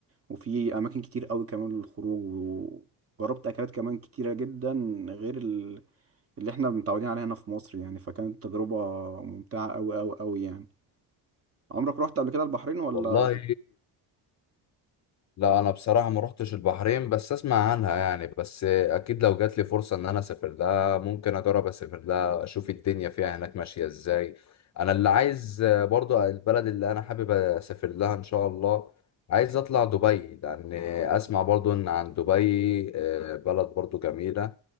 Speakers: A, on the right; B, on the left.
A: وفي أماكن كتير أوي كمان للخروج وجربت أكلات كمان كتيرة جدا غير ال- اللي احنا متعودين عليها هنا في مصر يعني فكانت تجربة ممتعة أوي أوي أوي يعني عمرك رحت قبل كده البحرين ولا
B: والله لا انا بصراحه ما روحتش البحرين بس اسمع عنها يعني بس اكيد لو جات لي فرصه ان انا اسافر لها ممكن اجرب اسافر لها اشوف الدنيا فيها هناك ماشيه ازاي انا اللي عايز برضو البلد اللي انا حابب اسافر لها ان شاء الله عايز اطلع دبي لان اسمع برضو ان عن دبي آه، بلد برضو جميله